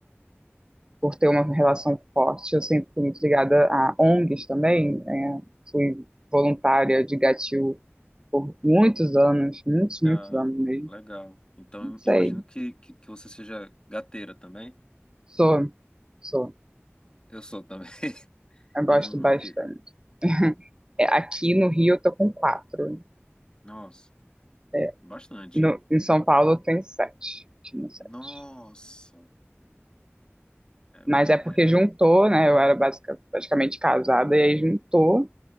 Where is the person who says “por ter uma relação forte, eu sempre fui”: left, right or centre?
Right